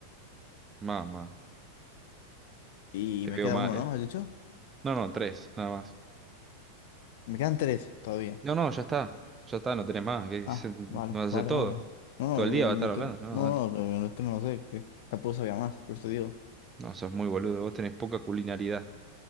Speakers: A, on the right (about 20°); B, on the left (about 50°).
A: Mamá,
B: Y
A: te
B: me
A: veo
B: queda
A: mal,
B: uno, ¿no?
A: ¿eh?
B: ¿Has dicho?
A: No, no, tres, nada más.
B: Me quedan tres todavía.
A: No, no, ya está. Ya está, no tenés más. Que
B: Ah,
A: se- no
B: vale,
A: hace
B: vale,
A: todo.
B: vale. No,
A: Todo el
B: no,
A: día va
B: eh,
A: a
B: no,
A: estar hablando.
B: que-
A: No,
B: no,
A: dale.
B: no, no, no, es que no lo sé, que tampoco sabía más, por eso digo.
A: No, sos muy boludo. Vos tenés poca culinaridad.